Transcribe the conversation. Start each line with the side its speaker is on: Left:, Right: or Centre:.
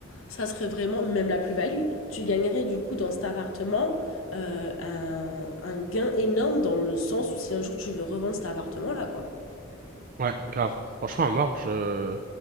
Left: ça serait vraiment même la plus-value. Tu gagnerais du coup dans cet appartement euh, un, un gain énorme dans le sens où si un jour tu veux revendre cet appartement-là, quoi.
Right: Ouais, grave. Franchement, à mort, je...